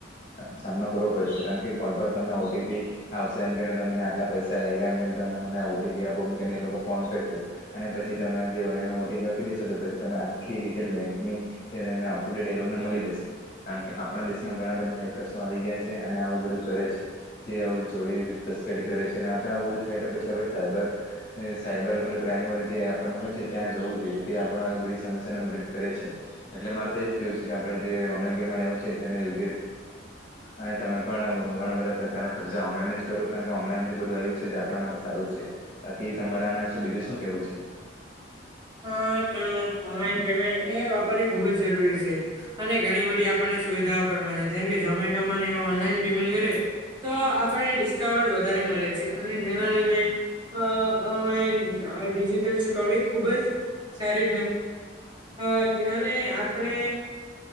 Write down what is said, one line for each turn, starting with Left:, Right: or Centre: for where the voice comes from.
Left: સામનો કરવો પડે છે કારણ કે કોલ પર તમને ઓટીપી આવશે એમ કહીને તમને આટલા પૈસા લાગ ગયા એમ ને તમે મને ઓટીપી આપોમ કેને એ લોકો ફોન કરશે અને પછી તમે જે એના ઓટીપી દેશો તો પછી તમે આખી ડિટેલ બેંકને અપ ટુેટ ડલોગને મળી જશે કારણ કે આપણા દેશ ઘણા બધા હેકર્સો આવી ગયા છે અને આવું બધું કરે છે તે આવું ચોરી તસ્કરી કરે છે અને ઊભું થાય તો પછી આપે સાયબર સાયબરલે ક્રાઈમ વ જે આપણને હોય છે ત્યાં જવું જોઈએ આપ બધી સમસ્યા ને મદદ કરે છે એટલે મારે તો એજ કેવું છે કે આપણે જે ઓન ટાઈ આવ છે તે ો અને તમે પણ ઘણા બધા પ્રકારના ખર્ચા ઓનલાન જ કરો કારણ કે ઓનલા બધું આપણા માટે સારું જ છે બાકી તમારે આના વિશે બીજું શું કેવું છે
Right: <inaudible> હા તો ઓનલાઈન પેમેન્ટ એ વાપરી ખુબ જ જરૂરી છે અને ઘણી બધી આપણને સુવિધ જેમકે ઝમેટો ઓનલાન પેમેન્ટ કર તો આપણને ડિસ્કાઉન્ટ વધારે મળે અને જેના લીધે અ અમે ડિજિટલ ચુકવણી ખુબ જ સારી અ ત્યાંને આપણે